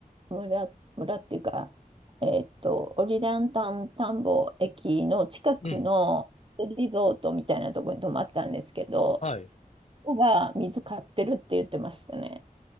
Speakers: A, on the right (about 35°); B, on the left (about 50°).
A: 村、村っていうか、えっと、オリランタン田んぼ駅の近くのリゾートみたいなところに泊まったんですけど、
B: うん。はい。
A: ここが水買ってるって言ってましたね。